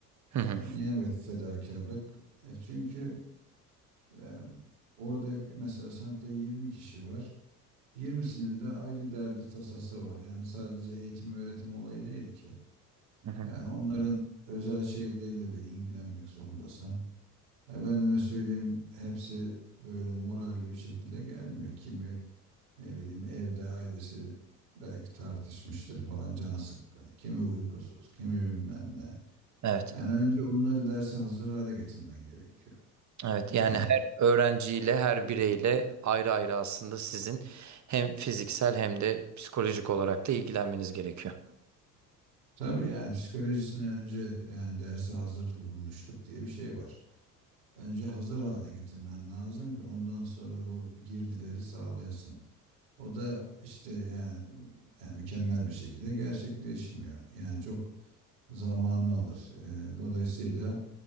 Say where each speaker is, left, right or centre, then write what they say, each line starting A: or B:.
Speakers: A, on the right; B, on the right.
A: Hı hı.
B: Niye ve fedakarlık? E çünkü e, orada mesela sınıfta 20 kişi var. 20'sinin de ayrı derdi tasası var. Yani sadece eğitim öğretim olayı değil ki.
A: Hı hı.
B: Yani onların özel şeyleriyle de ilgilenmek zorundasın. Efendime söyleyeyim hepsi böyle moralli bir şekilde gelmiyor. Kimi Ne bileyim evde ailesi belki tartışmıştır falan canı sıkkın. Kimi uykusuz, kimi bilmem ne.
A: Evet.
B: Yani önce bunları derse hazır hale getirmen gerekiyor.
A: Evet yani
B: Yani
A: her öğrenciyle her bireyle ayrı ayrı aslında sizin hem fiziksel hem de psikolojik olarak da ilgilenmeniz gerekiyor.
B: tabii yani psikolojisini önce yani derse hazır bulmuşluk diye bir şey var. Önce hazır hale getirmen lazım ki ondan sonra o girdileri sağlayasın. O da işte yani, yani mükemmel bir şekilde gerçekleşmiyor. Yani çok zamanını alır. Ee, dolayısıyla